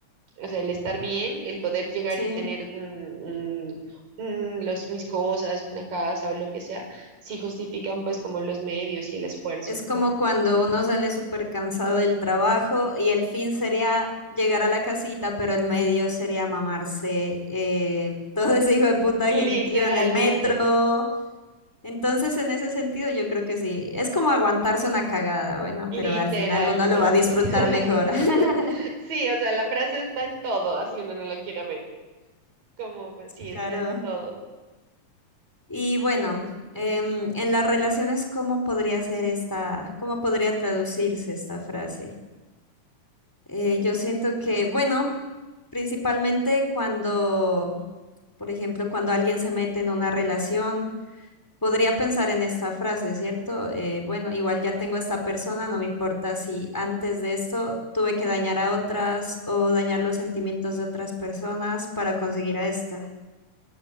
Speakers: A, on the right; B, in the centre.
A: o sea, el estar bien, el poder llegar
B: Sí,
A: y tener un, un- un- los, mis cosas, una casa o lo que sea, sí justifican pues como los medios y el esfuerzo,
B: es como
A: ¿no?
B: cuando uno sale súper cansado del trabajo y el fin sería llegar a la casita, pero el medio sería mamarse eh, <laughs> todo ese hijo de puta
A: Literalmente.
B: gentío en el metro. Entonces, en ese sentido, yo creo que sí, es como aguantarse una cagada, bueno,
A: Literalmente.
B: pero al final uno lo va a disfrutar
A: <laughs>
B: mejor. <laughs>
A: Sí, o sea, la frase está en todo, así uno no la quiera ver. Como, pues, sí,
B: Claro.
A: está en todo.
B: Y bueno, em, en las relaciones, ¿cómo podría ser esta, cómo podría traducirse esta frase? Eh,
A: Mm,
B: yo siento que, bueno, principalmente cuando, por ejemplo, cuando alguien se mete en una relación, podría pensar en esta frase, ¿cierto? Eh, bueno, igual ya tengo a esta persona, no me importa si antes de esto tuve que dañar a otras o dañar los sentimientos de otras personas para conseguir a esta.